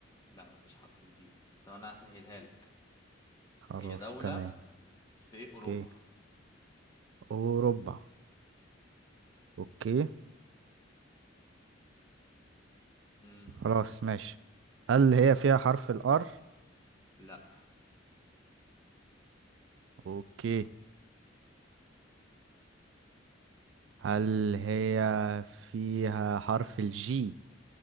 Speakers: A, on the left; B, on the right.
A: لا ما فيهاش حرف البي طب انا هسهلها لك
B: خلاص
A: هي دولة
B: تمام
A: في
B: اوكي
A: اوروبا
B: أوروبا اوكي
A: امم
B: خلاص ماشي هل هي فيها حرف الار
A: لا
B: اوكي هل هي فيها حرف الجي